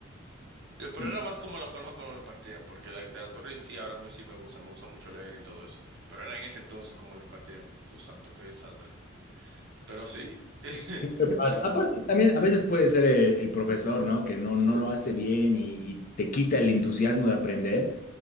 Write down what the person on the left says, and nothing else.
Sí,
siempre pasa.
Aparte, también a veces puede ser el, el profesor, ¿no? Que no, no lo hace bien y, y te quita el entusiasmo de aprender,